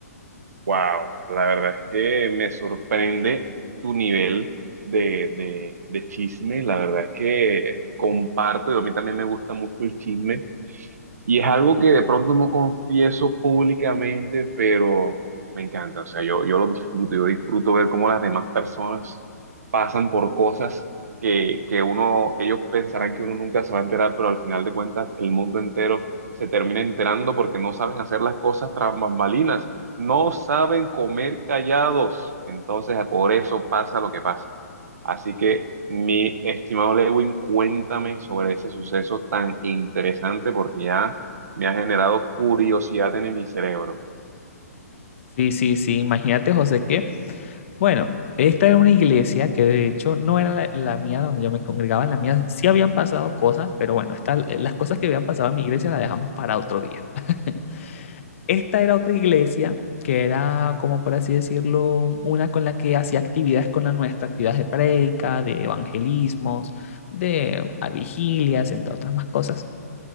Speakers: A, on the right; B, on the left.
A: Wow, la verdad es que me sorprende tu nivel de, de, de chisme. La verdad es que comparto, y a mí también me gusta mucho el chisme. Y es algo que de pronto no confieso públicamente, pero me encanta. O sea, yo, yo lo disfruto, yo disfruto ver cómo las demás personas pasan por cosas que, que uno, que ellos pensarán que uno nunca se va a enterar, pero al final de cuentas el mundo entero se termina enterando porque no saben hacer las cosas tras bambalinas, no saben comer callados. Entonces, por eso pasa lo que pasa. Así que, mi estimado Lewin, cuéntame sobre ese suceso tan interesante porque ya me ha generado curiosidad en mi cerebro.
B: Sí, sí, sí, imagínate, José, que, bueno, esta era una iglesia que de hecho no era la, la mía donde yo me congregaba, en la mía sí habían pasado cosas, pero bueno, esta- las cosas que habían pasado en mi iglesia las dejamos para otro día. <laughs> Esta era otra iglesia que era, como por así decirlo, una con la que hacía actividades con la nuestra, actividades de prédica, de evangelismos, de ah, vigilias, entre otras más cosas.